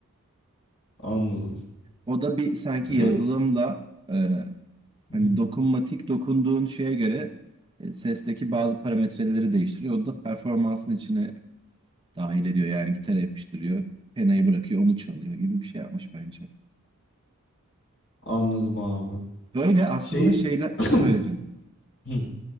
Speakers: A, on the left; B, on the right.
A: anladım.
B: O da bir sanki
A: Bir
B: yazılımla
A: de
B: e,
A: <laughs>
B: hani dokunmatik dokunduğun şeye göre e, sesteki bazı parametreleri değiştiriyor. O da performansın içine dahil ediyor. Yani gitar yapıştırıyor, penayı bırakıyor, onu çalıyor gibi bir şey yapmış bence.
A: anladım abi.
B: Böyle aslında
A: Şey
B: şeyler
A: <clears throat>
B: söyleyeceğim.
A: <coughs>